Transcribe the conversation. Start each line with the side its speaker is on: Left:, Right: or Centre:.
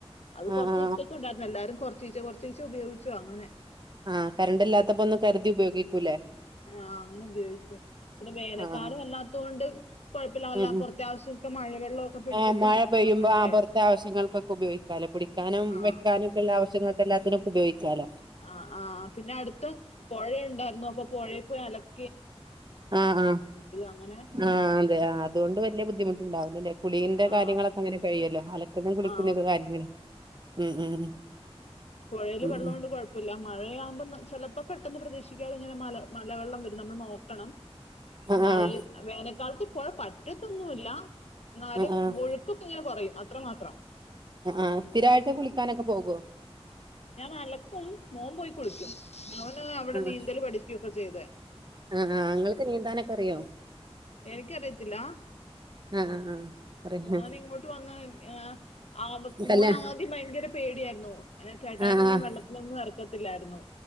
Left: അത്
Right: ആ
Left: കൊറച്ച്സത്തേക്ക്
Right: ആ
Left: ഒണ്ടാരുന്നു എല്ലാരും കൊറ ചിച് കൊറച്ചീസം ഉപയോഗിച്ചു അങ്ങനെ.
Right: ആ കരണ്ടില്ലാത്തപ്പോ ഒന്ന് കരുതി ഉപയോഗിക്കൂല്ലേ?
Left: ആ അങ്ങനെ ഉപയോഗിച്ചു. പിന്നെ വേനൽക്കാലം
Right: ആ ആ
Left: അല്ലാത്തതുകൊണ്ട് കുഴപ്പമില്ല
Right: ഉം
Left: അല്ല
Right: ഉം
Left: പുറത്തെ ആവശ്യമൊക്കെ മഴവെള്ളമൊക്കെ പിടിച്ചിട്ടും
Right: ആ മഴ പെയ്യുമ്പോ
Left: അങ്ങനൊക്കെ
Right: ആ പുറത്തെ ആവശ്യങ്ങൾക്കൊക്കെ ഉപയോഗിക്കാലോ കുടിക്കാനും
Left: ആ
Right: വെക്കാനുക്കെ ഉള്ള ആവശ്യങ്ങൾക്കെല്ലാത്തിനും- ഉപയോയ്ക്കാലോ.
Left: ആ ആ പിന്നെ അടുത്ത് പൊഴയുണ്ടായിരുന്നു അപ്പൊ പൊഴേ പോയലക്
Right: ആ ആ
Left: അങ്ങനെ
Right: ആ അതെ ആ അതുകൊണ്ട് വല്ല്യ ബുദ്ധിമുട്ടുണ്ടാവി ല്ലില്ലേ കുളീന്റെ
Left: ആ
Right: കാര്യങ്ങളൊക്കെ അങ്ങനെ കഴിയ്യല്ലോ? അല് ക്കന്നേം കുളിക്കുന്നയൊക്കെ
Left: ആ
Right: കാര്യങ്ങള് ഉം ഉം
Left: പുഴയില്
Right: ഉം
Left: വെള്ളം
Right: ഉം
Left: കൊണ്ട് കുഴപ്പമില്ല മഴയാവുമ്പോ ന്ന് ചിലപ്പോെ പെട്ടെന്ന് പ്രതീക്ഷിക്കാതെ ഇങ്ങനെ മല മലവെള്ളം വരു നമ്മൾ നോക്കണം
Right: ആഹ്
Left: മഴവേനക്കാലത്ത്
Right: ആഹ്
Left: പുഴ പറ്റത്തൊന്നുമല്ല എന്നാലും
Right: ആഹ് ആഹ്
Left: ഒഴുക്കൊക്കെ ഇങ്ങനെ കുറെയും അത്ര മാത്രം
Right: ആ് സ്ഥിരമായിട്ട് കുളിക്കാനൊക്കെ പോകോ
Left: ഞാൻ അലകും മോൻ പോയി കുളിക്കും മോന് അവിടെ
Right: ആഹ്
Left: നീന്തല് പഠിക്കും <unintelligible> ചെയ്തെ
Right: ആഹ് ങ്ങൾക്ക് നീന്താനൊക്കെ അറിയോ
Left: എനിക്കറിയത്തില്ല
Right: ആഹ് ആഹ് ആഹ് അറിയാ
Left: മോൻ ഇങ്ങോട്ട് വന്ന <unintelligible> മോൻ
Right: കല്യാ
Left: ആദ്യം ഭയങ്കര പേടിയായിരുന്നു കേട്ടായനൊന്നും
Right: ആഹ് ആഹ്
Left: വെള്ളത്തിലൊന്നും ഇറക്ക ത്തില്ലായിരുന്നു